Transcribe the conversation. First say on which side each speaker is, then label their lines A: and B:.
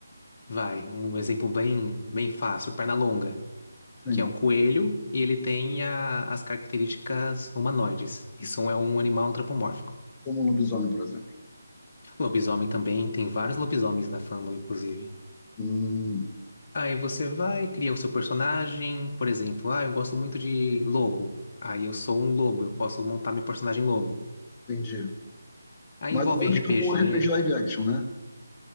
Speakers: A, on the left; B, on the left.
A: vai, um exemplo bem bem fácil, Pernalonga.
B: Sim,
A: que é um coelho e ele tem a- as características humanoides. Isso é um animal antropomórfico.
B: como um lobisomem, por exemplo.
A: Lobisomem também, tem vários lobisomens na fandom, inclusive.
B: Hum,
A: Aí você vai, cria o seu personagem, por exemplo, ah, eu gosto muito de lobo. Aí eu sou um lobo, eu posso montar meu personagem lobo.
B: entendi.
A: Aí
B: Mais
A: envolve
B: ou menos
A: RPG.
B: como um RPG live action, né?